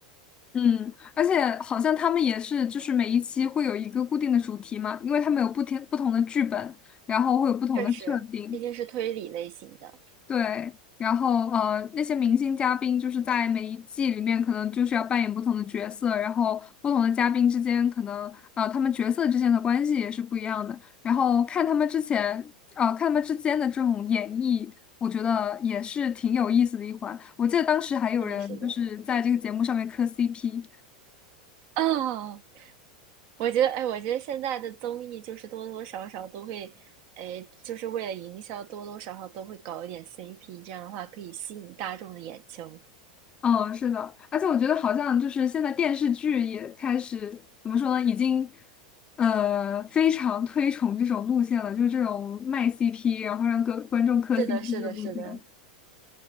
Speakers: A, on the left; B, on the right.
A: 嗯，而且好像他们也是，就是每一期会有一个固定的主题嘛，因为他们有不停不同的剧本，然后会有不同的设定。
B: 确实，毕竟是推理类型的，
A: 对，然后呃，那些明星嘉宾就是在每一季里面，可能就是要扮演不同的角色，然后不同的嘉宾之间，可能呃他们角色之间的关系也是不一样的。然后看他们之前，呃，看他们之间的这种演绎，我觉得也是挺有意思的一环。我记得当时还有人就是在这个节目上面磕
B: 是的，是的。
A: CP。
B: 哦，我觉得，哎，我觉得现在的综艺就是多多少少都会，哎，就是为了营销，多多少少都会搞一点 CP，这样的话可以吸引大众的眼球。
A: 嗯，是的，而且我觉得好像就是现在电视剧也开始怎么说呢，已经呃非常推崇这种路线了，就是这种卖 CP，然后让各观众磕
B: 是的，
A: CP
B: 是的，
A: 的路线。
B: 是的。